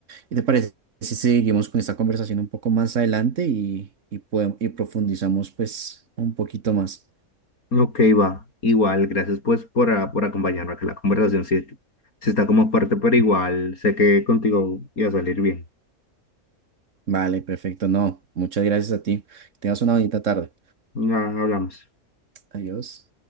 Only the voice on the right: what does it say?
¿Y te parece si seguimos con esta conversación un poco más adelante y, y, podem- y profundizamos pues un poquito más?
Vale, perfecto. No, muchas gracias a ti. Que Tengas una bonita tarde.
Adiós.